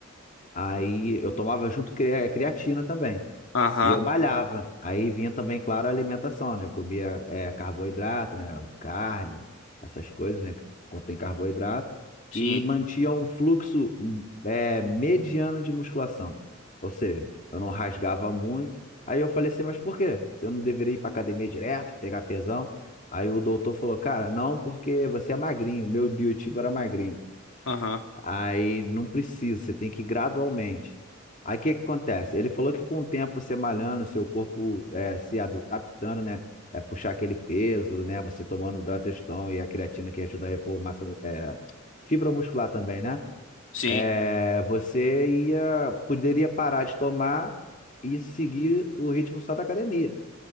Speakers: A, on the left; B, on the left.
A: Aí eu tomava junto crea- creatina também.
B: aham,
A: E eu malhava. Aí vinha também, claro, a alimentação, né? Comia é, carboidrato, né? Carne, essas coisas, né? Que contém carboidrato.
B: sim,
A: E mantinha um fluxo hum, é, mediano de musculação. Ou seja, eu não rasgava muito. Aí eu falei assim, mas por quê? Se eu não deveria ir pra academia direto, pegar pesão? Aí o doutor falou, cara, não, porque você é magrinho. Meu biotipo era magrinho.
B: aham,
A: Aí não precisa, você tem que ir gradualmente. Aí o que que acontece? Ele falou que com o tempo você malhando, seu corpo é, se adaptando, né? É, puxar aquele peso, né? Você tomando o Droteston e a creatina que ajuda a repor massa, é, fibra muscular também, né?
B: sim.
A: É, você ia, poderia parar de tomar e seguir o ritmo só da academia.